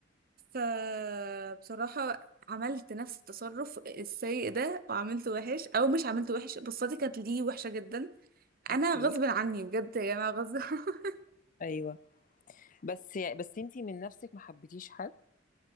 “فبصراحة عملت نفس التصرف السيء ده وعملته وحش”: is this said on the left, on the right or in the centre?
Right